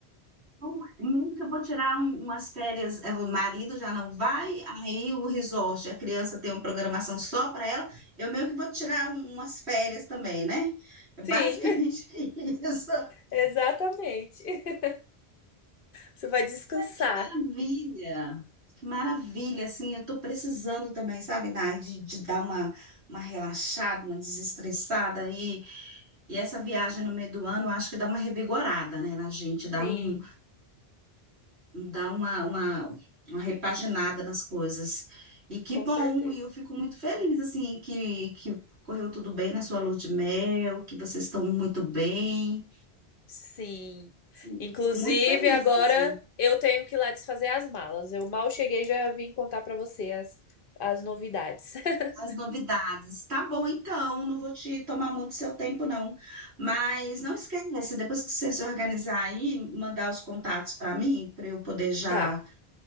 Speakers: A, on the right; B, on the left.
A: Bom, Mesmo que eu vou tirar um- umas férias, é, o marido já não vai, aí o resort, a criança tem uma programação só para ela, eu meio que vou tirar um- umas férias também, né? É basicamente
B: Sim.
A: <laughs> isso.
B: Exatamente. <laughs> Você vai descansar.
A: Que maravilha! Que maravilha, assim, eu tô precisando também, sabe, Nai, de, de dar uma, uma relaxada, uma desestressada aí. E essa viagem no meio do ano, eu acho que dá uma revigorada, né, na gente, dá
B: Sim,
A: um dar uma, uma, uma repaginada nas coisas. E que
B: com
A: bom,
B: certeza.
A: e eu fico muito feliz, assim, que, que correu tudo bem na sua lua de mel, que vocês estão muito bem.
B: Sim.
A: Assim,
B: Inclusive,
A: fico muito feliz
B: agora
A: mesmo.
B: eu tenho que ir lá desfazer as malas. Eu mal cheguei, e já vim contar pra você as, as novidades. <laughs>
A: As novidades. Tá bom, então, não vou te tomar muito seu tempo, não. Mas não esquece, depois que você se organizar aí, mandar os contatos para mim, para eu poder já,
B: Tá.